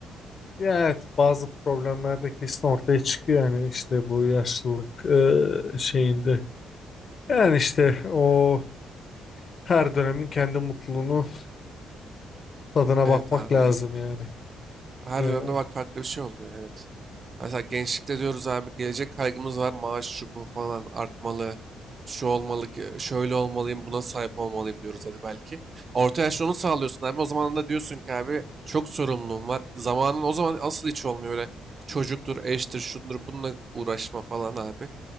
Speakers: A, on the left (about 45°); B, on the right (about 40°).
A: Ya evet bazı problemler de kesin ortaya çıkıyor yani işte bu yaşlılık e, şeyinde. Yani işte o her dönemin kendi mutluluğunu <laughs> tadına
B: Evet
A: bakmak
B: abi
A: lazım
B: yani.
A: yani.
B: Her
A: Ee,
B: dönemde bak farklı bir şey oluyor evet. Mesela gençlikte diyoruz abi gelecek kaygımız var. Maaş şu bu falan artmalı. Şu olmalı ki şöyle olmalıyım buna sahip olmalıyım diyoruz hadi belki. Orta yaşta onu sağlıyorsun abi. O zaman da diyorsun ki abi çok sorumluluğum var. Zamanın o zaman asıl hiç olmuyor. Öyle çocuktur, eştir, şundur bununla uğraşma falan abi.